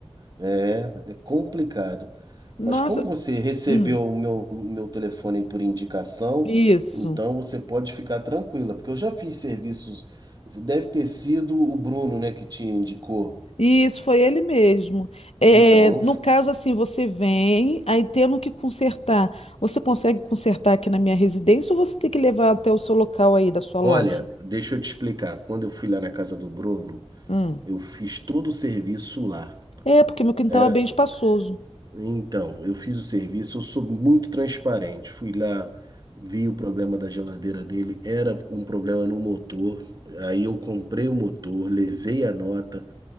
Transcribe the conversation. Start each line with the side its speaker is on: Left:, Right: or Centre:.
Right: é, é complicado.
Left: Nossa,
Right: Mas como você recebeu
Left: hum,
Right: o meu, meu telefone aí por indicação,
Left: isso.
Right: então você pode ficar tranquila, porque eu já fiz serviços. Deve ter sido o Bruno, né, que te indicou.
Left: Isso, foi ele mesmo. É,
Right: Então, eu,
Left: no
Right: f-
Left: caso, assim, você vem, aí tendo que consertar. Você consegue consertar aqui na minha residência ou você tem que levar até o seu local aí da sua
Right: olha,
Left: loja?
Right: deixa eu te explicar. Quando eu fui lá na casa do Bruno,
Left: Hum.
Right: eu fiz todo o serviço lá.
Left: É, porque meu quintal
Right: Era
Left: é bem espaçoso.
Right: Então, eu fiz o serviço, eu sou muito transparente. Fui lá, vi o problema da geladeira dele, era um problema no motor. Aí eu comprei o motor, levei a nota,